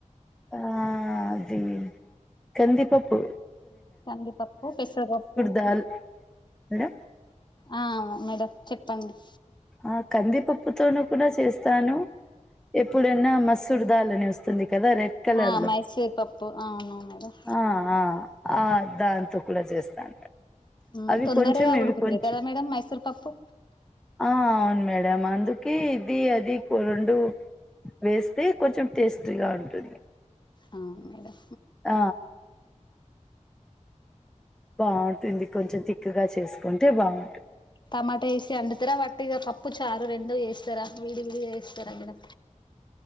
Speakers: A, in the centre; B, on the left.
A: ఆ అది కందిీపప్పు
B: కందిీపప్పు పెసరుపప్పు
A: దాల్ మేడం
B: ఆ మేడం చెప్పండి
A: ఆ కందిపప్పుతోను కూడా చేస్తాను ఎప్పుడన్నా మస్ూరదాలనేస్ వస్తుంది కదా రెడ్ కలర్
B: ఆ
A: లో
B: మైసూర్ పప్పు అవును మేడం
A: ఆ అ ఆ దాంతో కూడా చేస్తాను
B: మ్
A: అవి
B: తొందరగా
A: కొంచెం ఇవి
B: ఉడ్కుతది
A: కొంచెం
B: కదా మేడమ్ మైసూర్ పప్పు
A: ఆ అవును మేడం అందుకే ఇది అది రెండు వేస్తే కొంచెం టేస్టీగా ఉంటుంది
B: ఆ మేడం
A: ఆ బాగుంటుంది కొంచెం తిక్కుగా చేసుకుంటే బాగుంటుంది
B: టమాటా వేసి అండుతారా వట్టిగా పప్పు చారు రెండు వేస్తారా విడి విడిగ చేస్తారా మేడం